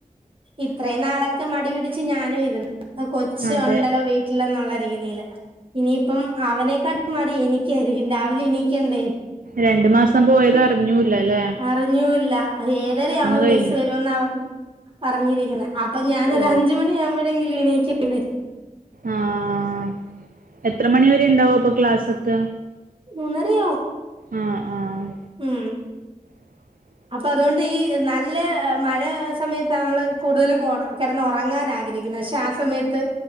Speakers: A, on the right; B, on the right.
A: ഇത്രയും നാളൊക്കെ മടി പിടിച്ച് ഞാനും ഇരുന്നു കൊച്ച
B: അതെ
A: ഉണ്ടല്ലോ വീട്ടിലന്നുള്ള രീതിൽ ഇനിയിപ്പം അവനെക്കാ മടി എനിക്കായിരിക്കും രാവിലെ എണീക്കണ്ടേ
B: രണ്ട് മാസം പോയത് അറിഞ്ഞൂല്ല അല്ലേ
A: അറിഞ്ഞൂല്ല ഒര് ഏഴര ആവുമ്പോം
B: കഴിഞ്ഞു
A: ബസ്സ് വരുമെന്നാണ് പറഞ്ഞിരിക്കുന്നത് അപ്പൊ ഞാനൊര
B: ഓ
A: അഞ്ച് മണി ആവ്മ്പഴെങ്കിലും എണിയിക്കണ്ടേ
B: ആഹ് എത്ര മണി വരെ ഉണ്ടാവും അപ്പൊ ക്ലാസ് ഒക്കെ
A: മൂന്നരയോ
B: ആഹ് ആഹ്
A: ഉം
B: <unintelligible>
A: അപ്പൊ അതുകൊണ്ട് ഈ നല്ല മഴ സമയത്ത നമ്മള് കൂടുതലും കിടന്ന് ഉറങ്ങാൻ ആഗ്രഹിക്കും ക്കുന്ന പക്ഷെ ആ സമയത്ത്